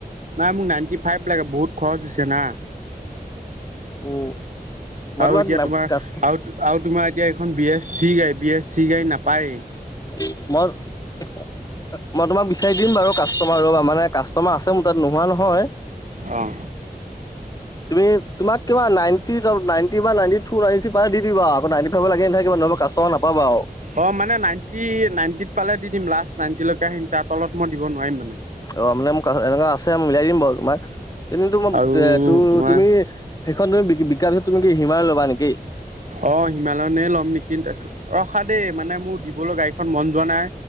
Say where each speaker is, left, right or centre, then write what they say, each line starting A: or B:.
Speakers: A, on the right; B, on the left.
A: নাই মোক নাইনটি ফাইভ লাগে বহুত খৰচ হৈছে না।
B: উম। মই
A: আৰু
B: তোমাক
A: এতিয়া তোমাৰ,
B: কাষ্ট
A: আৰু, আৰু তোমাৰ এতিয়া এইখন বি এছ চি গাড়ী বি এছ চি গাড়ী নাপায়েই।
B: মই মই তোমাক বিচাৰি দিম বাৰু কাষ্টমাৰৰ মানে কাষ্টমাৰ আছে মোৰ তাত নোহোৱা নহয়।
A: আহ।
B: <inaudible> তুমি তোমাক কিবা নি বা নি নি প দি দিবা ন ফভ লাগে ন মই কাষ্টমাৰ নাপাবা আৰু।
A: অ' মানে নাইনটি নাইনটিত পালে দিম লাষ্ট নাইণ্টিলৈকে আহিম তাৰ তলত মই দিব নোৱাৰিম মানে।
B: অ' মানে মোক এনেকুৱা আছে মিলাই দিম বাৰু তোমাক। তেনে তোম
A: আৰু
B: এ ত
A: তোমাৰ
B: তুমি, সেইখন তুমি বিকা্ষত তুমি কি হিমাৰে ল'বা নেকি?
A: অ' হিমালয়নে ল'ম নেকি তাৰপিছত, ৰখা দেই মানে মোৰ দিবলৈ গাড়ীখন মন যোৱা নাই।